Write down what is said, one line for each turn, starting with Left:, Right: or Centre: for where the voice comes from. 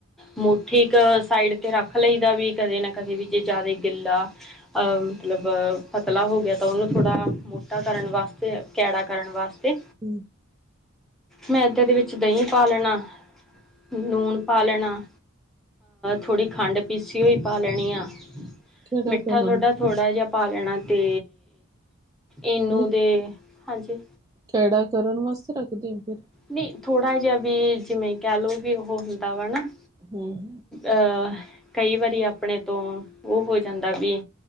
Centre: ਮੋਠੀ ਇੱਕ ਸਾਈਡ ਤੇ ਰੱਖ ਲਈਦਾ ਵੀ ਕਦੇ ਨਾ ਕਦੇ ਵੀ ਜੇ ਜ਼ਿਆਦਾ ਗਿੱਲਾ ਅ ਮਤਲਬ ਪਤਲਾ ਹੋ ਗਿਆ ਤਾਂ ਉਹਨੂੰ ਥੋੜ੍ਹਾ ਮੋਟਾ ਕਰਨ ਵਾਸਤੇ ਕੈੜਾ ਕਰਨ ਵਾਸਤੇ
Right: ਹਮ
Centre: ਮੈਦੇ ਦੇ ਵਿੱਚ ਦਹੀਂ ਪਾ ਲੈਣਾ। ਲੂਣ ਪਾ ਲੈਣਾ। ਥੋੜ੍ਹੀ ਖੰਡ ਪੀਸੀ ਹੋਈ ਪਾ ਲੈਣੀ ਹਾਂ।
Right: ਕਿਹੜਾ
Centre: ਮਿੱਠਾ
Right: ਕਰਨ
Centre: ਸੋਡਾ ਥੋੜ੍ਹਾ ਜਿਹਾ ਪਾ ਲੈਣਾ ਤੇ ਇਨੂੰ
Right: ਨਹੀਂ
Centre: ਦੇ ਹਾਂਜੀ
Right: ਕੈੜਾ ਕਰਨ ਵਾਸਤੇ ਰੱਖਦੇ ਹੋ ਫਿਰ
Centre: ਨਹੀਂ ਥੋੜਾ ਜਿਹਾ ਵੀ ਜਿਵੇਂ ਕਹਿ ਲਓ ਵੀ ਜਿਵੇਂ ਉਹ ਹੁੰਦਾ ਵਾ ਨਾ
Right: ਹਮ
Centre: ਅਹ ਕਈ ਵਾਰੀ ਆਪਣੇ ਤੋਂ ਉਹ ਹੋ ਜਾਂਦਾ ਵੀ